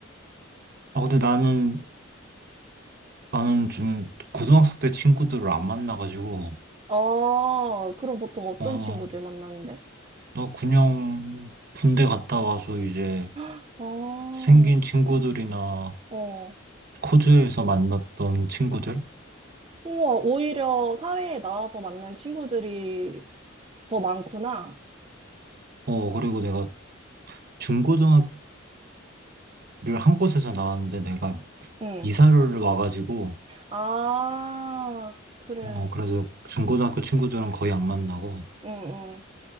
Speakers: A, on the right; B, on the right.
A: 아, 근데 나는, 나는 좀 고등학생 때 친구들을 안 만나가지고,
B: 아, 그럼 보통 어떤
A: 어,
B: 친구들 만나는데?
A: 나 그냥 군대 갔다 와서 이제
B: 아,
A: 생긴 친구들이나
B: 어.
A: 코즈에서 만났던 친구들?
B: 우와, 오히려 사회에 나와서 만난 친구들이 더 많구나.
A: 어, 그리고 내가 중고등학교를 한 곳에서 나왔는데 내가
B: 응.
A: 이사를 와가지고,
B: 아, 그래.
A: 어, 그래서 중고등학교 친구들은 거의 안 만나고,
B: 응,